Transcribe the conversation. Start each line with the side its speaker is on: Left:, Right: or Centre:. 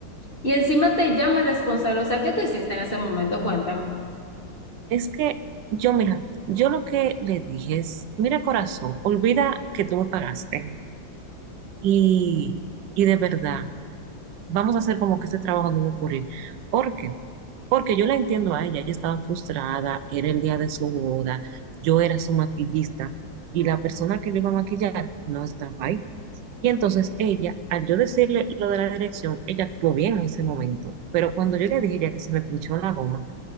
Left: Y encima te llama responsable. O sea, ¿qué tú hiciste en ese momento? Cuéntame.
Right: Es que yo, mira, yo lo que le dije es, mira corazón, olvida que tú me pagaste y, y de verdad, vamos a hacer como que este trabajo no va a ocurrir. ¿Por qué? Porque yo la entiendo a ella, ella estaba frustrada, era el día de su boda, yo era su maquillista y la persona que le iba a maquillar no estaba ahí. Y entonces ella, al yo decirle lo de la dirección, ella actuó bien en ese momento. Pero cuando yo le dije ya que se me pinchó la goma,